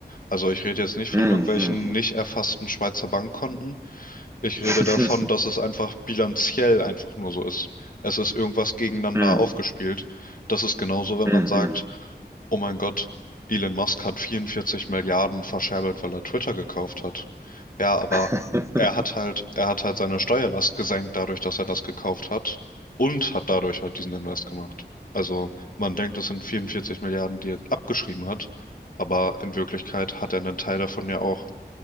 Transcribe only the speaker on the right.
hm,
hm,
<laughs>
hm,
hm,
hm,
<laughs>